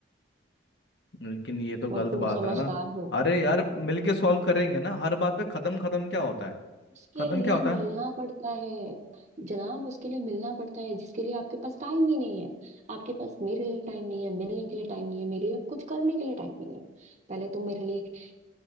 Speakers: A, on the left; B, on the right.
A: लेकिन ये तो गलत
B: और तुम
A: बात
B: समझदार
A: है ना
B: हो
A: अरे यार मिलके सॉल्व करेंगे ना हर बात पे खत्म खत्म क्या होता है
B: उसके
A: खत्म
B: लिए
A: क्या होता
B: मिलना
A: है
B: पड़ता है जनाब उसके लिए मिलना पड़ता है जिसके लिए आपके पास टाइम ही नहीं है आपके पास मेरे लिए टाइम नहीं है मिलने के लिए टाइम नहीं है मेरे लिए कुछ करने के लिए टाइम नहीं है पहले तुम मेरे लिए